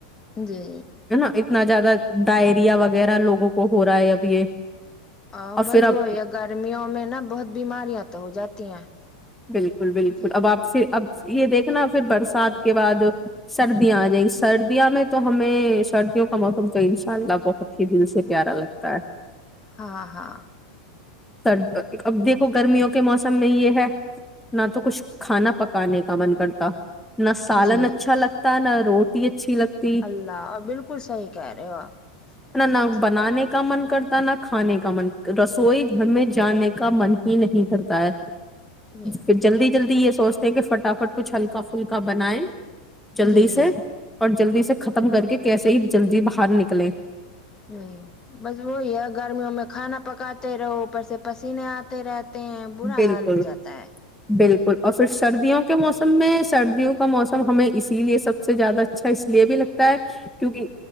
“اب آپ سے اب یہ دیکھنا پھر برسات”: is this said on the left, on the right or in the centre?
Centre